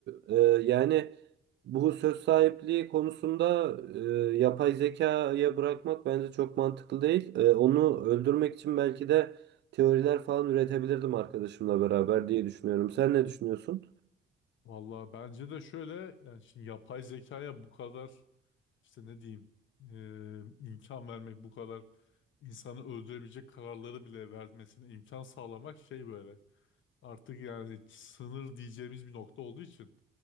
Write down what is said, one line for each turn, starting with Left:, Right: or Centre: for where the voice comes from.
Right: e, yani bu söz sahipliği konusunda e, yapay zekaya bırakmak bence çok mantıklı değil. E, onu öldürmek için belki de teoriler falan üretebilirdim arkadaşımla beraber diye düşünüyorum. Sen ne düşünüyorsun?
Left: Vallahi bence de şöyle yani şimdi yapay zekaya bu kadar işte ne diyeyim e, imkan vermek bu kadar insanı öldürebilecek kararları bile vermesine imkan sağlamak şey böyle Artık yani sınır diyeceğimiz bir nokta olduğu için